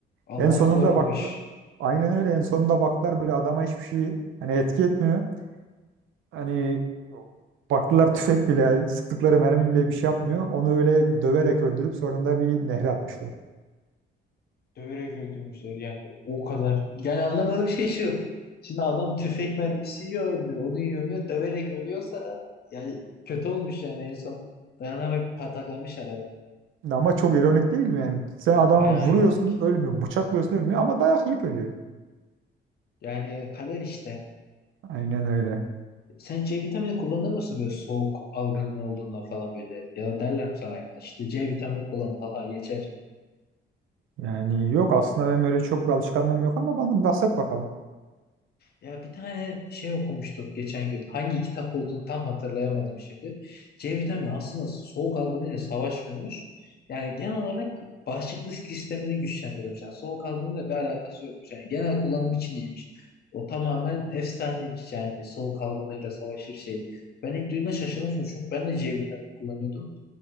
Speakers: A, on the left; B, on the right.
A: Allah
B: En sonunda
A: korumuş.
B: baktılar. Aynen öyle. En sonunda baktılar böyle adama hiçbir şey hani etki etmiyor. Hani baktılar tüfek bile sıktıkları mermi bile bir şey yapmıyor. Onu öyle döverek öldürüp sonunda bir nehre atmışlar.
A: Döverek öldürmüşler yani o kadar. Yani anlamadığım şey şu. Şimdi adam tüfek mermisi yiyor ölmüyor. Onu yiyor ölmüyor. Döverek ölüyorsa yani kötü olmuş yani en son. Dayanamayıp pataklamışlar adamı.
B: Ama çok ironik değil mi yani? Sen adamı
A: Bayağı
B: vuruyorsun
A: ironik.
B: ölmüyor. Bıçaklıyorsun ölmüyor ama dayak yiyip ölüyor.
A: Yani kader işte.
B: Aynen öyle.
A: Sen C vitamini kullanır mısın böyle soğuk algınlığı olduğunda falan böyle? Ya derler mi sana ya işte C vitamini kullan Allah geçer.
B: Yani yok aslında benim öyle çok bir alışkanlığım yok ama bana bahset bakalım.
A: Ya bir tane şey okumuştuk geçen gün. Hangi kitap olduğunu tam hatırlayamadım şimdi. C vitamini aslında soğuk algınlığıyla savaşmıyormuş. Yani genel olarak bağışıklık sistemini güçlendiriyormuş. Yani soğuk algınlığıyla bir alakası yokmuş. Yani genel kullanım için iyiymiş. O tamamen efsaneymiş yani soğuk algınlığıyla savaşır şey. Ben ilk duyduğumda şaşırmışım çünkü ben de C vitamini kullanıyordum.